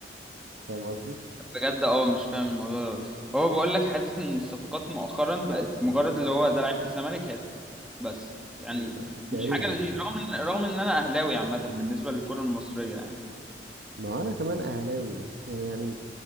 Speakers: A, on the right (about 75°); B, in the centre.
A: فاهم قصدي
B: بجد اه مش فاهم الموضوع دوت هو بقول لك حاسس ان الصفقات مؤخرا بقت مجرد اللي هو ده لعيب في الزمالك هات بس يعني
A: م- تقريبا
B: مش حاجه لذيذ رغم ان رغم ان انا اهلاوي عامه بالنسبه للكره المصريه يعني
A: ما انا كمان اهلاوي بس يعني